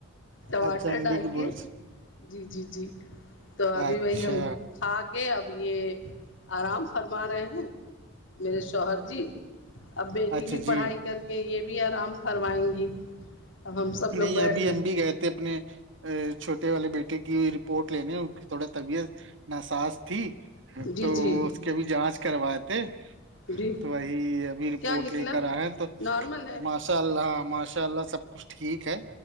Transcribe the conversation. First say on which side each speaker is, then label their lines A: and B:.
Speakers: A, on the left (about 65°); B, on the right (about 65°).
A: ٹماٹر
B: اچھا انڈی
A: ڈال
B: کی برج
A: کے جی جی جی تو ابھی
B: اچھا
A: وہی ہم کھا کہ اب یہ آرام فرما رہے ہیں میرے شوہر جی اب بیٹی
B: اچھا
A: بھی پڑھائی
B: جی
A: کر کے یہ بھی آرام فروائیں گی اب ہم سب لوگ
B: نہیں
A: بیٹھ
B: ابھی ہم بھی گئے تھے اپنے چھوٹے والے بیٹے کی رپورٹ لینے ان کی تھوڑا طبیعت ناسااز تھی
A: جی
B: تو
A: جی
B: اس کے بھی جانچ کرواتے
A: جی
B: تو وہی ابھی رپورٹ
A: کیا نکلا
B: لے کر آئے تو
A: نارمل ہے
B: ماشاء اللہ ماشاء اللہ سب کچھ ٹھیک ہے